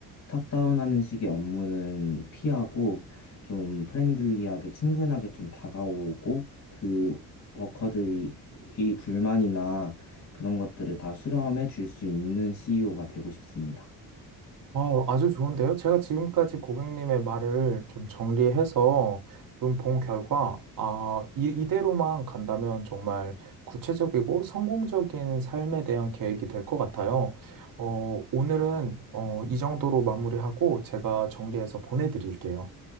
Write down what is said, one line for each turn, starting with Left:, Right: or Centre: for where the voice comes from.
Left: 탑다운하는 식의 업무는 피하고 좀 프렌들리하게 친근하게 좀 다가오고 그 워커들이 이 불만이나 그런 것들을 다 수렴해 줄 수 있는 CEO가 되고 싶습니다.
Right: 아, 아주 좋은데요? 제가 지금까지 고객님의 말을 좀 정리해서 좀 본 결과, 아, 이, 이대로만 간다면 정말 구체적이고 성공적인 삶에 대한 계획이 될 것 같아요. 어, 오늘은 어, 이 정도로 마무리하고 제가 정리해서 보내드릴게요.